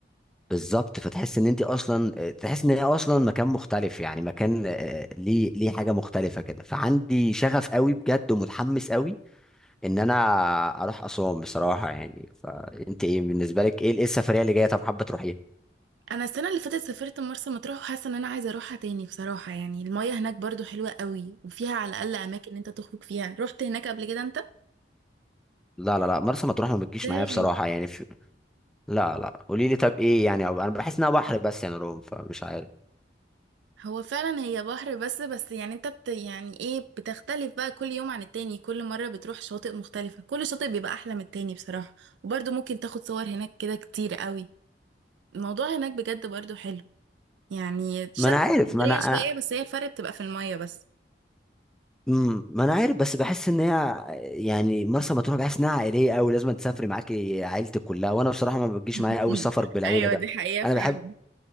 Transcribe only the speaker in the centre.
بالظبط فتحس إن أنت أصلا آه، تحس إن هي أصلا مكان مختلف يعني مكان آه، ليه ليه حاجة مختلفة كده فعندي شغف أوي بجد ومتحمس أوي إن أنا أروح أسوان بصراحة يعني فأنت إيه بالنسبة لك إيه إيه السفرية اللي جاية طب حابة تروحيها؟
لا لا لا مرسى مطروح ما بتجيش
معايا بصراحة يعني لا لا قولي لي طب ايه يعني انا بحس انها بحر بس يا نوران فمش عارف
ما انا عارف
ما انا انا
مم، ما انا عارف بس بحس ان هي يعني مرسى مطروح بحس انها عائليه قوي لازم تسافري معاكي عيلتك كلها وانا بصراحه ما بتجيش
معايا قوي السفر بالعيله
ده
انا
بحب